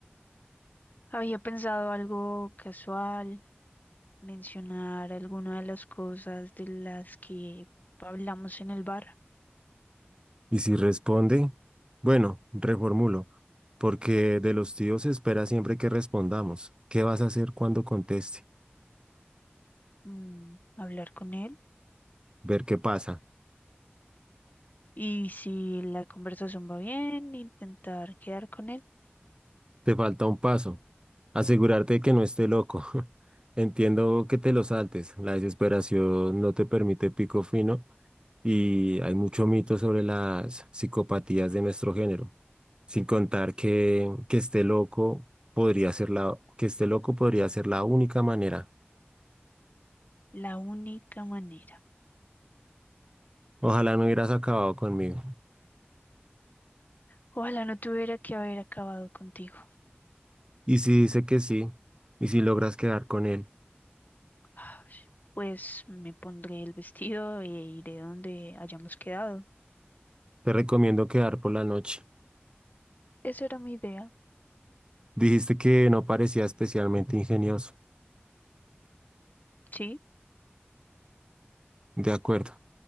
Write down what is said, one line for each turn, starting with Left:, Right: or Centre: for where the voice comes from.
Left: Había pensado algo casual, mencionar alguna de las cosas de las que hablamos en el bar,
Right: Y si responde, bueno, reformulo, porque de los tíos se espera siempre que respondamos. ¿Qué vas a hacer cuando conteste?
Left: mm, hablar con él.
Right: Ver qué pasa.
Left: Y si la conversación va bien, intentar quedar con él.
Right: Te falta un paso. Asegurarte de que no esté loco. <laughs> Entiendo que te lo saltes. La desesperación no te permite pico fino y hay mucho mito sobre las psicopatías de nuestro género. Sin contar que, que esté loco podría ser la, que esté loco podría ser la única manera.
Left: La única manera.
Right: Ojalá no hubieras acabado conmigo.
Left: Ojalá no tuviera que haber acabado contigo.
Right: Y si dice que sí, y si logras quedar con él,
Left: Ay, Pues me pondré el vestido e iré donde hayamos quedado.
Right: te recomiendo quedar por la noche.
Left: Esa era mi idea.
Right: Dijiste que no parecía especialmente ingenioso.
Left: Sí,
Right: De acuerdo.